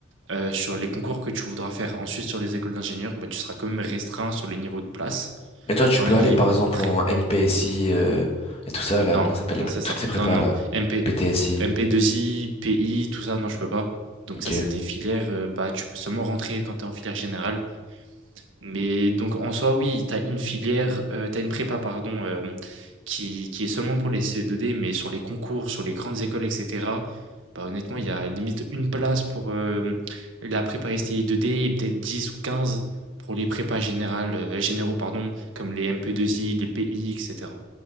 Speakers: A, on the right (about 75°); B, on the left (about 30°).
A: euh, sur les concours que tu voudras faire ensuite sur les écoles d'ingénieurs, bah, tu seras quand même restreint sur les niveaux de place.
B: Mais toi, tu
A: Enfin,
B: peux
A: il...
B: aller par exemple
A: pré-
B: en MPSI euh, et tout ça là,
A: Non,
B: comment ça s'appelle
A: non,
B: les- pa-
A: c'est ça.
B: toutes ces prépas
A: Non, non.
B: là,
A: MP...
B: PTSI.
A: MP2I, PI, tout ça, non, je peux pas. Donc
B: Ok.
A: ça, c'est des filières, euh, bah, tu peux seulement rentrer quand tu es en filière générale. Mais donc en soi, oui, tu as une filière, heu, tu as une prépa pardon, hem, qui qui est seulement pour les CE2D, mais sur les concours, sur les grandes écoles et cetera, bah, honnêtement, il y a limite une place pour, hem, la prépa STI2D et peut-être 10 ou 15 pour les prépas générales, heu, généraux pardon, comme les MP2I, les PI et cetera.